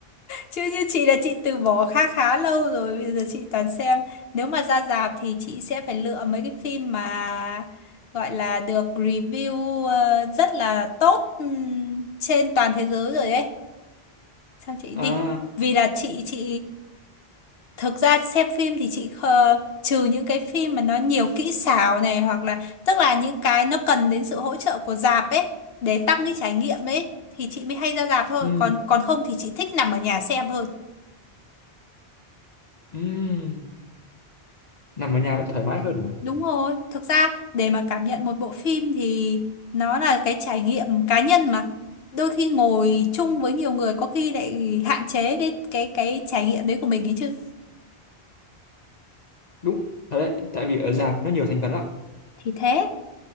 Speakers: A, on the left; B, on the left.
A: Chứ như chị là chị từ bỏ khá khá lâu rồi, bây giờ chị toàn xem. Nếu mà ra rạp thì chị sẽ phải lựa mấy cái phim mà gọi là được review ờ, rất là tốt ừm, trên toàn thế giới rồi ấy. Sao chị
B: à
A: đi? Vì là chị chị thực ra xem phim thì chị khờ, trừ những cái phim mà nó nhiều kỹ xảo này hoặc là tức là những cái nó cần đến sự hỗ trợ của rạp ấy để tăng cái trải nghiệm ấy thì chị mới hay ra rạp thôi,
B: ừ,
A: còn còn không thì chị thích nằm ở nhà xem hơn.
B: ừ. nằm ở nhà vẫn thoải mái hơn mà
A: Đúng rồi, thực ra để mà cảm nhận một bộ phim thì nó là cái trải nghiệm cá nhân mà. Đôi khi ngồi chung với nhiều người có khi lại hạn chế cái cái cái trải nghiệm đấy của mình ấy chứ.
B: đúng thật đấy tại vì ở rạp nó nhiều thành phần lắm
A: Thì thế.